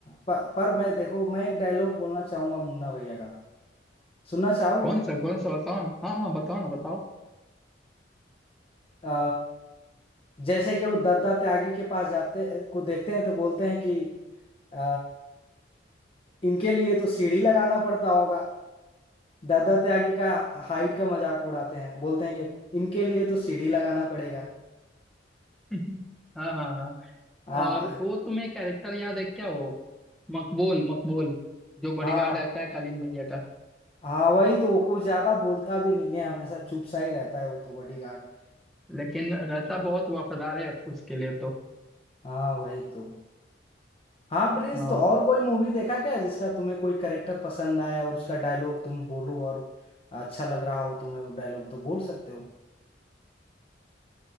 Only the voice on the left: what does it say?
पर, पर मैं देखो मैं एक डायलॉग बोलना चाहूंगा मुन्ना भैया का सुनना चाहोगे
अ, जैसे कि वो दत्ता त्यागी के पास जाते को देखते हैं तो बोलते हैं कि अ, इनके लिए तो सीढ़ी लगाना पड़ता होगा दादा त्यागी का हाइट का मजाक उड़ाते हैं बोलते हैं कि इनके लिए तो सीढ़ी लगाना पड़ेगा
हाँ
हाँ
हाँ वही तो वो कुछ ज्यादा बोलता भी नहीं है हमेशा चुप सा ही रहता है वो तो बॉडीगार्ड
हाँ वही तो हाँ प्रिंस
तो और कोई मूवी देखा क्या जिसका तुम्हें कोई करेक्टर पसंद आया और उसका डायलॉग तुम बोलो और अच्छा लग रहा हो तुम्हें वो डायलॉग तो बोल सकते हो